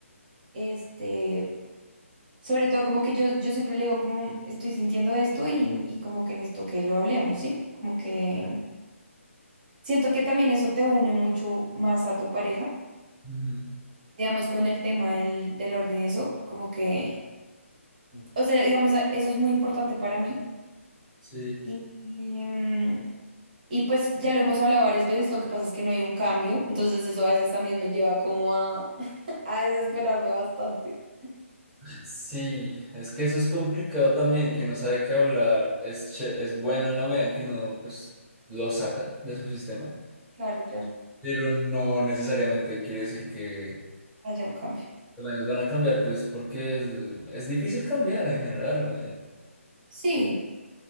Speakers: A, on the right; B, in the centre.
A: Este, sobre todo como que yo, yo siempre le digo como estoy sintiendo esto y, y como que necesito que lo hablemos, ¿sí? Como que siento que también eso te une mucho más a tu pareja.
B: ujú,
A: Digamos, con el tema del, del orden y eso, como que, o sea, digamos, a- eso es muy importante para mí
B: Sí.
A: Y, em, y pues ya lo hemos hablado varias veces, lo que pasa es que no hay un cambio, entonces eso a veces también me lleva como a, <laughs> a desesperarme bastante.
B: Sí, es que eso es complicado también, que uno sabe que hablar es, che- es bueno en la medida en que uno pues lo saca de su sistema,
A: Claro, claro,
B: pero no necesariamente quiere decir que
A: haya un cambio.
B: al menos van a cambiar, pues porque es, es difícil cambiar en general. o en-
A: Sí,